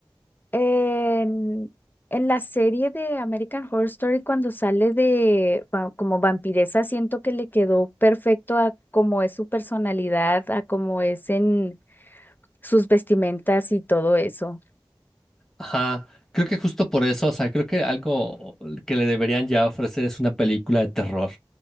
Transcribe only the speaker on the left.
en, en la serie de American Horror Story, cuando sale de va- como vampiresa, siento que le quedó perfecto a cómo es su personalidad, a cómo es en sus vestimentas y todo eso.